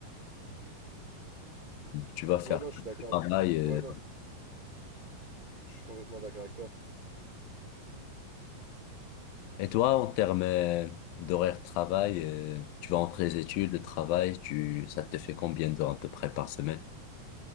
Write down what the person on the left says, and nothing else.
tu vas faire
le
travail, euh,
Et toi, en termes euh, d'horaire de travail, euh, tu vas entre les études, le travail, tu, ça te fait combien d'heures à peu près par semaine?